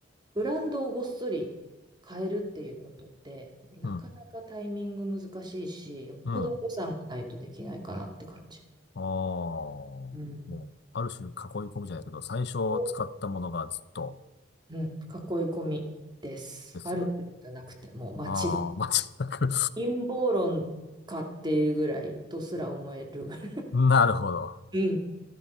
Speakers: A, on the right; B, on the left.
A: ブランドをごっそり変えるっていうことって、なかなかタイミング難しいし、
B: うん、
A: よっぽど予算がないとできないかなって感じ。
B: うん。ああ、もう、
A: うん
B: ある種囲い込みじゃないけど、最初使ったものがずっと
A: おうん、囲い込みです。
B: ですよね。
A: あるってことじゃなくて、もう間違い
B: ああ、<laughs> 間違いなく
A: 陰謀論かっていうぐらいとすら思えるぐらい。
B: <laughs> なるほど。
A: うん。